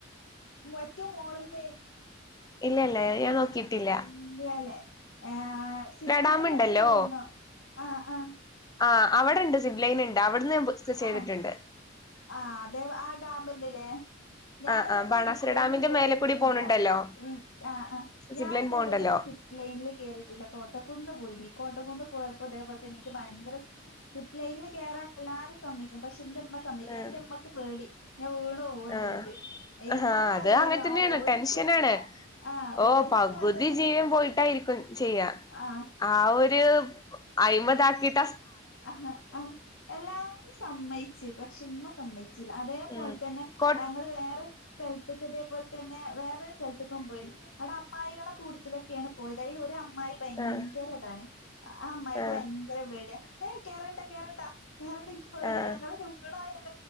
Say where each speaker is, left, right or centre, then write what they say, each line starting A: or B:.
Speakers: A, on the left; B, on the left.
A: മറ്റു മോണന്ന്
B: ഇല്ലല്ലേ ഞാൻ നോക്കിയിട്ടില്ല
A: ഇല്ലയല്ലേ ആ സിപ്
B: ഡാം
A: ലൈനിലൊക്കെ
B: ഉണ്ടല്ലോ
A: കയറണോ ആ ആ
B: ആ് അവിടെണ്ട് സി്ലൈന ഉണ്ട് അവിടുന്ന് ബുക്ക് ചെയ്തിട്ടുണ്ട്
A: ആ ആ അതെ ആ ഡാമ് ന്നില്ലേ ഞാന
B: ആഹ്
A: ഇതേപോല
B: ആഹ് ബാണാസുര
A: സിപ്പ ലൈനിന്ന്
B: ഡാമിന്റെ
A: കേറിട്ടില്ല
B: മേലെ കൂടി പോണുണ്ടല്ലോ
A: ഉ ആ ആ ഞാനതേപോലെ
B: സിബ്ലൈൻ പോണ്ടല്ലോ
A: തന്നെി് സിപ് ലൈനിലേ കേയറിയിട്ടില്ല കോട്ടക്കുന്ന് പോയി കോട്ടംന്ന് പോയപ്പോ അതേപോലെ തെ എനിക്ക് ഭയങ്കര സിപ്പ് ലൈനിൽ കയറാൻ എല്ലാരും സമിക്ക പക്ഷെ എന്റെമ്മ സമ്മ
B: ആഹ്
A: എന്റെമ്മക്കെ പേടി ഞാൻ വീണോ പോന്നുള്ളത്
B: ആഹ് ആഹ്
A: ഇമ്മക്ക്
B: അത്
A: അറിയില്ലല്ലോ
B: അങ്ങനെ തന്നെയാണ്
A: ആ ഓക്ക്
B: ടെൻഷനാണ്
A: ആ
B: ഓ
A: ഓക്ക്
B: പകുതി
A: അത്
B: ജീവൻ പോയിട്ടായിരിക്കും ചെയ്യാ
A: ആഹ്
B: ആ ഒരു അഴിമതാക്കിട്ട്
A: ആ ആ എല്ലാരും സമ്മതിച്ചു പക്ഷെ സയ അതേപോലെ
B: ഉം
A: തന്നെ
B: കൊ
A: ഞങ്ങൾ വേറെ സ്ഥലത്തക്ക് ഇതേപോലെ തന്നെ വേറെ സ്ഥ ക്ക പോയി അവിടെ അമായികള കൂടുതലൊക്കെയാണ് പോയത് അതിൽ ഒരു അമ്മായി ഭയങ്കര
B: ആഹ്
A: ഇതാണ് ആ അമ്മായിക്ക്
B: ആഹ്
A: ഭയങ്കര പേടിയാ ഏയ് കേറണ്ട കേറണ്ട കേറണ്ട നിക്ക് പേടിയണങ്ങളെ
B: ആഹ്
A: വീണോയാൽ